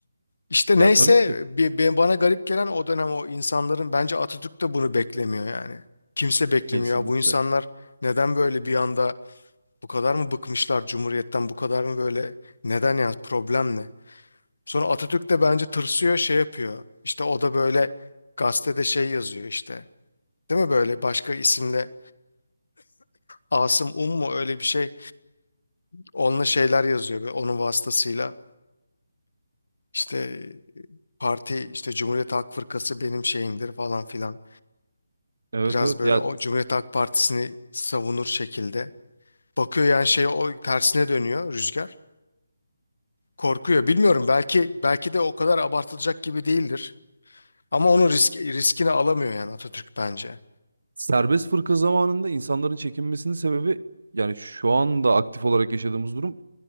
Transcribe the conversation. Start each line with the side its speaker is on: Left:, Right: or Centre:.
Left: İşte
Right: Ya
Left: neyse
Right: tabii ki.
Left: bi- bi- bana garip gelen o dönem o insanların bence Atatürk de bunu beklemiyor yani. Kimse beklemiyor.
Right: Kesinlikle.
Left: Ya Bu insanlar neden böyle bir anda bu kadar mı bıkmışlar Cumhuriyet'ten? Bu kadar mı böyle neden ya problem ne? Sonra Atatürk de bence tırsıyor şey yapıyor. İşte o da böyle gazetede şey yazıyor işte. Değil mi böyle başka isimle Asım Um mu öyle bir şey. Onunla şeyler yazıyor ve onun vasıtasıyla işte parti işte Cumhuriyet Halk Fırkası benim şeyimdir falan filan.
Right: Evet
Left: Biraz
Right: evet.
Left: böyle
Right: Ya
Left: o Cumhuriyet Halk Partisi'ni savunur şekilde. Bakıyor yani şey o tersine dönüyor rüzgar. korkuyor. Bilmiyorum belki belki de o kadar abartılacak gibi değildir. Ama onun risk, riskini alamıyor yani Atatürk bence.
Right: serbest fırka zamanında insanların çekinmesinin sebebi yani şu anda aktif olarak yaşadığımız durum